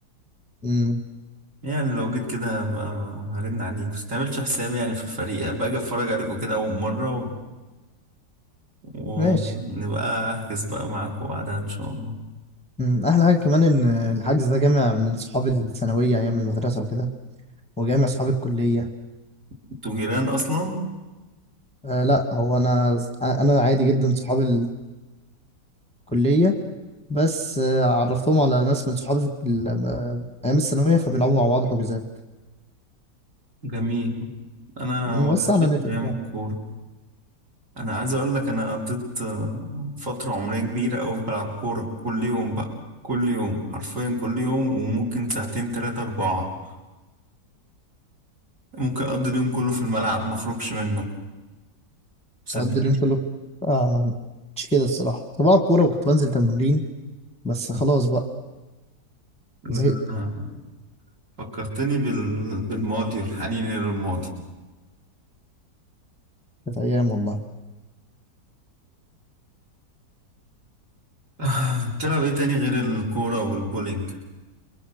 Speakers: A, in the centre; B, on the right (about 45°).
A: امم
B: يعني لو جيت كده هبقى هرن عليك بس متعملش حسابي يعني في الفريق باجي أتفرج عليكم كده أول مرة و... ونبقى
A: ماشي
B: أحجز بقى معاكم بعدها إن شاء الله
A: امم احلى حاجة كمان ان الحجز ده جامع من صحابي الثانوية ايام المدرسة وكده وجامع صحابي الكلية
B: انتوا جيران أصلا
A: أه لا هو انا انا عادي جدا صحابي ال- الكلية بس آه، عرفتهم على ناس من صحابي في ال- آه، ايام الثانوية فبيلعبوا مع بعض حجوزات
B: جميل انا
A: وسعنا
B: وحشتني
A: نتورك
B: ايام
A: يعني
B: الكوره انا عايز اقول لك انا قضيت آه، فتره عمريه كبيره قوي بلعب كوره كل يوم بقى كل يوم حرفيا كل يوم وممكن ساعتين ثلاثه اربعه ممكن اقضي اليوم كله في الملعب ما اخرجش منه صدقني
A: بقضي اليوم كله اه ما مش كده الصراحة كنت بلعب كورة وكنت بنزل تمرين بس خلاص بقى
B: <laughs>
A: زهقت
B: آه، فكرتني بال... بالماضي والحنين للماضي
A: كانت ايام والله
B: آه، <laughs> بتلعب ايه تاني غير الكوره والبولينج